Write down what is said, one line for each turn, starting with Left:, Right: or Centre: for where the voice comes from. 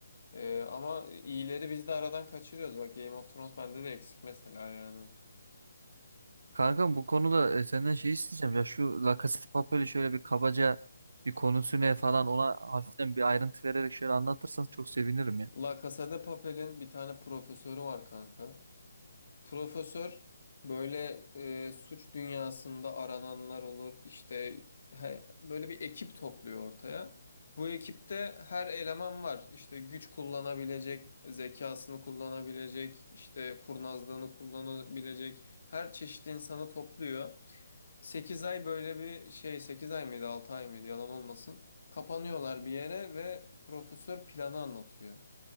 Left: Ee, ama iyileri biz de aradan kaçırıyoruz. Bak Game of Thrones bende de eksik mesela yani.
Right: Kankam bu konuda e, senden şey isteyeceğim ya şu La Casa de Papel'i şöyle bir kabaca bir konusu ne falan ona hafiften bir ayrıntı vererek şöyle anlatırsan çok sevinirim ya.
Left: La Casa de Papel'in bir tane profesörü var kanka. Profesör böyle e, suç dünyasında arananlar olur. İşte he- böyle bir ekip topluyor ortaya. Bu ekipte her eleman var. İşte güç kullanabilecek, zekasını kullanabilecek, işte kurnazlığını kullanabilecek her çeşit insanı topluyor. 8 ay böyle bir şey 8 ay mıydı 6 ay mıydı yalan olmasın. Kapanıyorlar bir yere ve profesör planı anlatıyor.